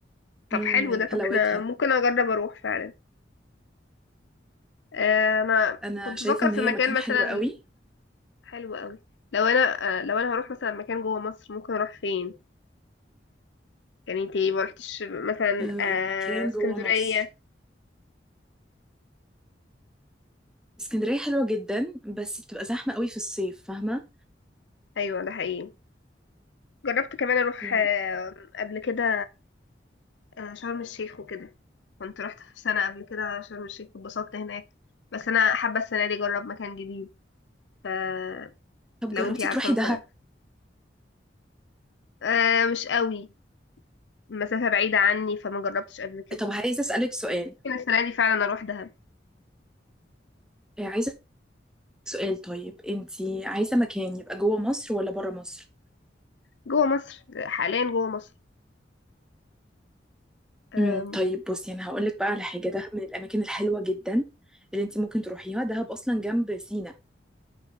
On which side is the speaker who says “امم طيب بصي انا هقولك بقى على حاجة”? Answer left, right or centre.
Centre